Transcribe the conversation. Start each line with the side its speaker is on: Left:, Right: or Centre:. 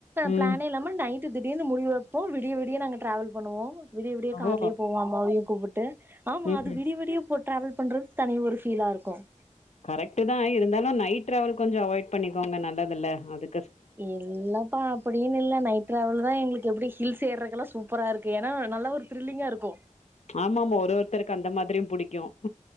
Left: ம்.
Right: பிளான் இல்லாம நைட் திடீர் முடிவ வைப்போம் விடிய விடியா நாங்க டிரராாவல் பண்ணுவோம் விடிய விடிய கார்லே
Left: ஓ!
Right: போவாம் அம்மாவையும் கூப்பிட்டு <unintelligible> ஆமா
Left: ம்.
Right: அது விடி விடிய இப்போ டிரராவல் பண்றதுக்கு தனி ஒரு ஃபீலா இருக்கும்
Left: கரெக்ட் தான் இருந்தாலும் நைட் டிராவல் கொஞ்சம் அவாய்ட் பண்ணிக்கோங்க நல்லதுல்ல அது
Right: எல்லப்பா அப்படின்னு இல்லை நைட் டிராவல் தான் எங்களுக்கு எப்படி ஹில்ஸ் ஏறெக்ல்லாம் சூப்பரா இருக்கு ஏன்னா நல்லா ஒரு த்ரில்லிங்கா இருக்கு
Left: ஆமாமா ஒரு ஒருத்தருக்கு அந்த மாதிரியும் புிடிக்கும் <unintelligible>